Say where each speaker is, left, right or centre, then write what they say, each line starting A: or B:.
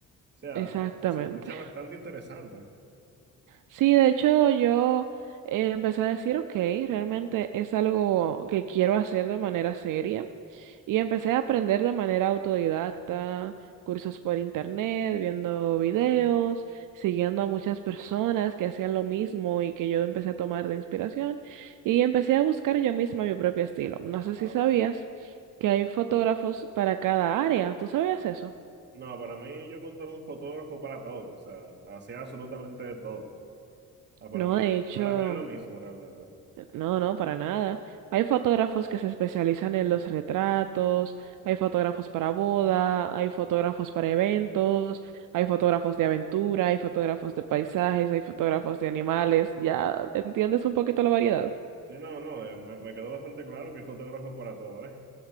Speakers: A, on the right; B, on the right.
A: sea,
B: Exactamente.
A: se, se escucha bastante interesante.
B: Sí, de hecho yo eh, empecé a decir, ok, realmente es algo que quiero hacer de manera seria y empecé a aprender de manera autodidacta, cursos por internet, viendo videos, siguiendo a muchas personas que hacían lo mismo y que yo empecé a tomar de inspiración y empecé a buscar yo misma mi propio estilo. No sé
A: Ah,
B: si sabías que hay fotógrafos para cada área, ¿tú sabías eso?
A: no, para mí yo contraté un fotógrafo para todo, o sea, hacía absolutamente de todo. Ah, para
B: No,
A: mí,
B: de hecho...
A: para mí es lo mismo realmente.
B: No, no, para nada. Hay fotógrafos que se especializan en los retratos, hay fotógrafos para boda, hay fotógrafos para eventos, hay fotógrafos de aventura, hay fotógrafos de paisajes, hay fotógrafos de animales. Ya entiendes un poquito la variedad.
A: Sí, no, no, eh, me, me quedó bastante claro que es fotógrafo para todo, ¿eh?